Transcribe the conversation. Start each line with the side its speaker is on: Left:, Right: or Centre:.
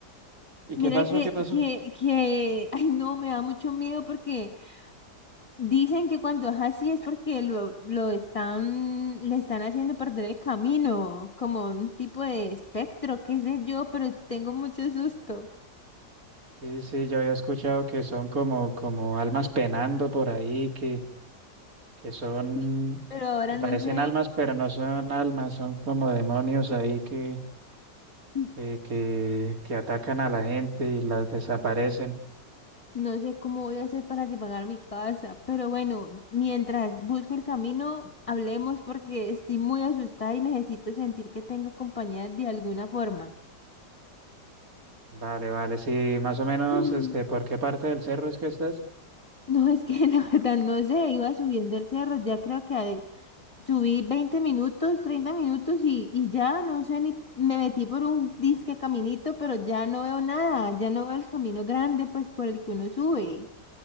Right: ¿Y
Left: Mira
Right: qué pasó?
Left: que,
Right: ¿Qué pasó?
Left: que, que, ay no, me da mucho miedo porque dicen que cuando es así es porque lo, lo están, le están haciendo perder el camino, como un tipo de espectro, qué sé yo, pero tengo mucho susto.
Right: Sí, sí, yo había escuchado que son como, como almas penando por ahí, que, que son,
Left: Sí. Pero ahora
Right: que parecen
Left: no sé,
Right: almas, pero no son almas, son como demonios ahí que,
Left: <clears throat>
Right: que, que, que atacan a la gente y las desaparecen.
Left: no sé cómo voy a hacer para llegar a mi casa. Pero bueno, mientras busco el camino, hablemos porque estoy muy asustada y necesito sentir que tengo compañía de alguna forma.
Right: Vale, vale, sí, más o menos,
Left: <sighs>
Right: este, ¿por qué parte del cerro es que estás?
Left: No, es que <laughs> la verdad no sé, iba subiendo el cerro, ya creo que eh, subí 20 minutos, 30 minutos y, y ya no sé ni, me metí por un disque caminito, pero ya no veo nada, ya no veo el camino grande pues por el que uno sube.